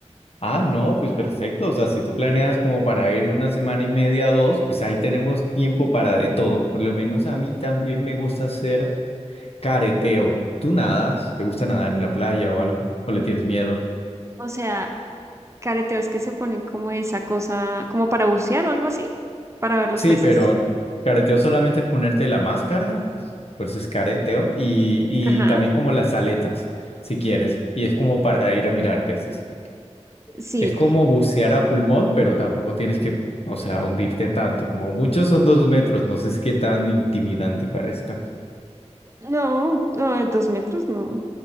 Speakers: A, on the left; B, on the right.
A: Ah, no, pues perfecto. O sea, si tú planeas como para ir una semana y media, o dos, pues ahí tenemos tiempo para de todo. Por lo menos a mí también me gusta hacer careteo. ¿Tú nadas? ¿Te gusta nadar en la playa o algo? ¿O le tienes miedo?
B: O sea, careteos que se ponen como esa cosa, como para bucear o algo así, para ver los
A: Sí,
B: peces.
A: pero careteo solamente es ponerte la máscara, por, por eso es careteo, y,
B: Ajá,
A: y también como las aletas, si quieres, y es como para ir a mirar peces.
B: sí.
A: Es como bucear a pulmón, pero tampoco tienes que, o sea, hundirte tanto, como muchos son dos metros, no sé es qué tan intimidante parezca.
B: No, no, dos metros no.